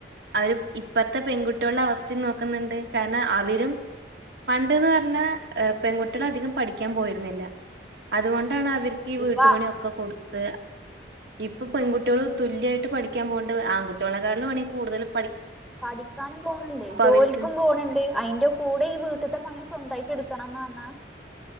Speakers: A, on the right (about 75°); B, in the centre.
A: അവര് ഇപ്പത്തെ പെൺകുട്ടികളുടെ അവസ്ഥയിൽ നോക്കുന്നുണ്ട് കാരണം അവരും പണ്ട്ന്ന് പറഞ്ഞാ പെൺകുട്ടികൾ അധികം പഠിക്കാൻ പോയിരുന്നില്ല അതുകൊണ്ടാണ് അവർക്ക് ഈ വീട്ടുപണിയൊക്കെ
B: ഇപ്പൊ
A: കൊടുത്ത് ഇപ്പൊ പെൺകുട്ടികള് തുല്യായിട്ട് പഠിക്കാൻ പോകണ്ട് ആൺകുട്ടികളെക്കാളും വേണമെങ്കിൽ കൂടുതലും
B: പഠിക്കാനും പോണണ്ട് ജോലിക്കും
A: അവർക്ക്
B: പോണണ്ട് അയിന്റെ കൂടെ ഈ വീട്ടത്തെ പണി സ്വന്തമായിട്ട് എടുക്കണം ആന്ന